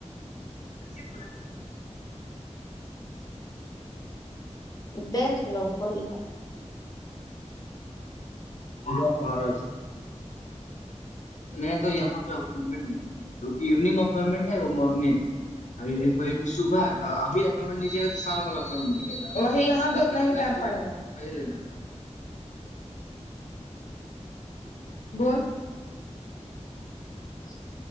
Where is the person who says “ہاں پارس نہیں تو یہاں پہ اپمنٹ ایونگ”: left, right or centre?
Left